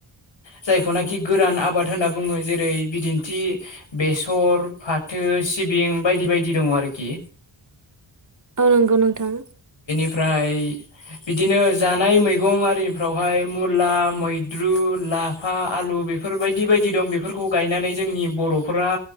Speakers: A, on the left; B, on the right.
A: जायखौनाखि गोरान आबाद होनना बुङो जेरै बिदिन्थि बेसर, फाथो, सिबिं बायदि बायदि दङ आरोखि।
B: औ नंगौ नोंथां।
A: फ्राय बिदिनो जानाय मैगं आरिफ्रावहाय मुला, मैद्रु, लाफा, आलु बेफोरबायदि बायदि दं बेफोरखौ गायनानै जोंनि बर'फोरा